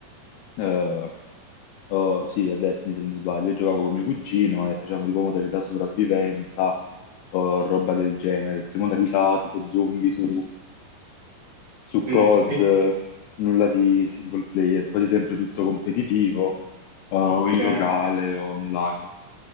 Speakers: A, on the left; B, on the right.
A: eh, oh, sì, a Destiny se non mi sbaglio, io giocavo con mio cugino e facevamo tipo modalità sopravvivenza o roba del genere, tutte modalità tipo zombie su, su
B: Mm,
A: COD,
B: quindi-
A: nulla di single player, quasi sempre tutto competitivo, eh, o
B: ok.
A: in locale
B: Hai
A: o online.